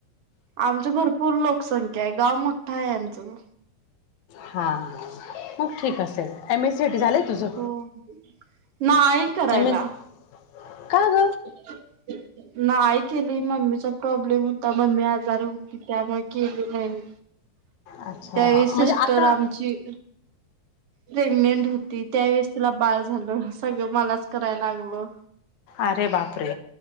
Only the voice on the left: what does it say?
हां मग ठीक असेल एम ए सीट झालंय तुझं...
एम एस का ग?
अच्छा
म्हणजे आता
अरे बापरे